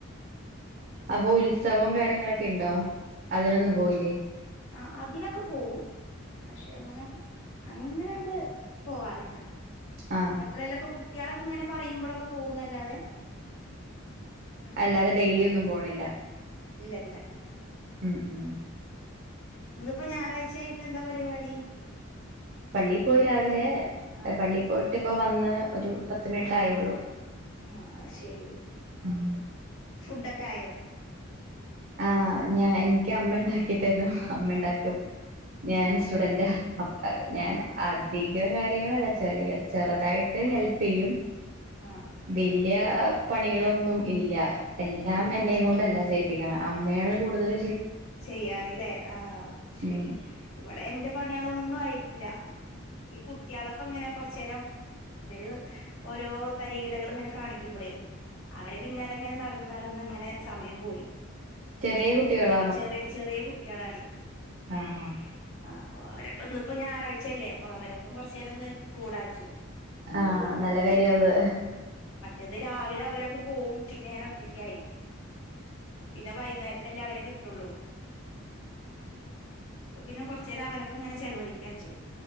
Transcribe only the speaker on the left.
ആ അതിനൊക്കെ പോവും പക്ഷെ അങ്ങനെ അങ്ങനെണ്ട് പോവാറില്ല
എപ്പഴെലൊക്കെ കുട്ട കുട്ടികളൊക്കെ ഇങ്ങനെ പറയുമ്പോഴൊക്കെ പോകുന്നല്ലാതെ അങ്ങനെ
അല്ല
ഇന്ന്ിപ്പോ ഞായറാഴ്ച ആായിട്ട് എന്താ പരിപാടി
ആഹ്
ആഹ ശരി
ഫുഡ്ൊക്കെ ആയോ
ആഹ്
ആഹ്
ആഹ് ആഹ്
ഉം
ചെയ്യാറില്ലേ ആ.. ശരി
ഇവിടെയെന്റെ പണികളൊ ഒന്നുമാട്ടില്ല, ഈ കുട്ടികളൊപ്പിമിങ്ങ കൊറച്ചുനേരം വരവ് ഓരോതരികിടകളിങ്ങനെ കാണിക്കുമ്പോളേ, അവരുടെപിന്നാലെയിങ്ങനെ നടന്നുനടന്നങ്ങനെ സമയം പോയി.
ചെറിയ, ചെറിയ കുട്ടി കുട്ടികളാണേ
ആ.. അപ്പൊയവരും ഇപ്പോ ഞായറാഴ്ചയല്ലേ അപ്പൊ അവരൊപ്പം കൊറച്ചുനേരമൊന്ന് കൂടാച്ചു.
എന്നും രാവിലെ അവരടുത്ത്പോവും. പിന്നെഞാനൊറ്റക്കായി പിന്നെ വൈകുന്നേരത്തെയും രാവിലത്തേയും ള്ളൂ പിന്നെ കൊറെച്ചേരം അവരപ്പങ്ങനെ ചെലവഴിക്കാച്ചു